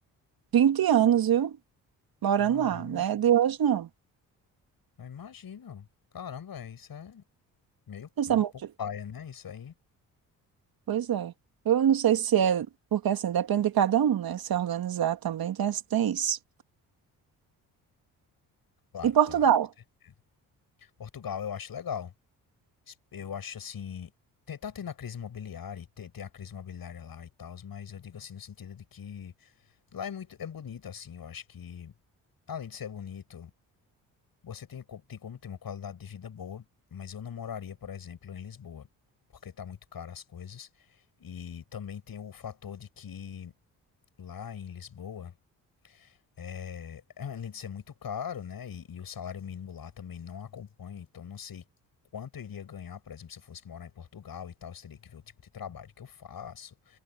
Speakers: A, on the right; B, on the left.
A: 20 anos, viu? Morando
B: Caramba.
A: lá, né? De hoje não.
B: Eu imagino. Caramba, é, isso é meio,
A: Isso
B: meio
A: é muito...
B: um pouco paia, né? Isso aí.
A: Pois é. Eu não sei se é, porque assim, depende de cada um, né? Se organizar também tem, tem isso.
B: Claro,
A: E Portugal?
B: claro. com certeza. Portugal eu acho legal. Eu acho assim. Tem, tá tendo a crise imobiliária, e tem, tem a crise imobiliária lá e tal, mas eu digo assim no sentido de que lá é muito, é bonito, assim, eu acho que, além de ser bonito, você tem, co- tem como ter uma qualidade de vida boa, mas eu não moraria, por exemplo, em Lisboa, porque tá muito caro as coisas, e também tem o fator de que lá em Lisboa, é, é, além de ser muito caro, né? E, e o salário mínimo lá também não acompanha, então não sei quanto eu iria ganhar, por exemplo, se eu fosse morar em Portugal e tal, eu teria que ver o tipo de trabalho que eu faço,